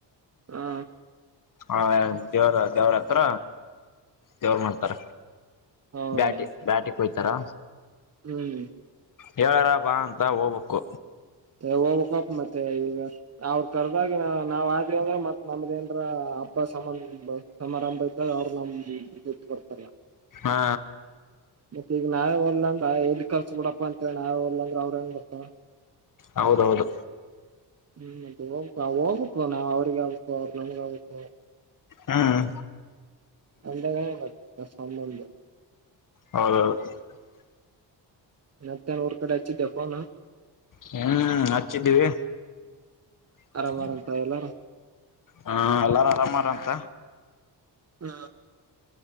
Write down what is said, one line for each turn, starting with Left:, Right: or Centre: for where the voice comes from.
Right: ಹಾ
Left: ಹ ದೇವರ ದೇವರ ಹತ್ರ ದೇವ್ರ ಮಾಡ್ತಾರ
Right: ಹೌದಾ
Left: ಬ್ಯಾಟಿ ಬ್ಯಾಟಿ ಕೊಯಾಟರ್
Right: ಹ್ಮ್
Left: ಹೇಳಾರ ಬಾ ಅಂತ ಹೋಗ್ಬೇಕು
Right: <unintelligible> ಹೋಗಬಕ ಮತ್ತೆ ಈಗ ಅವ್ರ ಕರ್ದಾಗ ನಾವ್ ಆದಿವವ ಅಂದ್ರ ಮತ್ ನಮ್ದ ಏನ್ರ <unintelligible> ಹಬ್ಬ ಸಮಂದ ಸಮಾರಂಭ ಇದ್ದಾಗ ಅವ್ರರು ನಮ್ದತ್ ಕೊಡ್ತಾರ
Left: ಹಾ
Right: ಮತ್ತೆ ಈಗ ನಾವೇ ಹೊಲ್ಲ ಅಂದ್ರ ಎಲ್ಲಿ ಕಲ್ಸ ಬಿಡಪ್ಪ ಅಂತ ನಾವೇ ಹೊಲ್ಲ ಅಂದ್ರ ಅವ್ರ ಹೆಂಗ್ ಬರ್ತವ
Left: ಹೌದೌದು
Right: ಹ್ಮ್ ಅದು ಹೋಗಬೇಕ ನಾ ಅವ್ರಿಗೆ ಆಗಬೇಕ ಅವ್ರ ನನಗೆ ಆಗಬೇಕ
Left: ಹ್ಮ್
Right: ಅಂದಗ ಸಂಬಂಧ <unintelligible>
Left: ಹೌದು <unintelligible>
Right: ಮತ್ತೆನ್ ಊರ ಕಡೆ ಅಚ್ಚಿದ್ದ ಫೋನ್
Left: ಹ್ಮ್ ಹಚ್ಚಿದ್ದೀವಿ <unintelligible>
Right: ಆರಾಮಾರಂತ ಎಲ್ಲಾರ
Left: ಹಾ ಎಲ್ಲಾರು ಆರಾಮಾರ ಅಂತ
Right: ಹಾ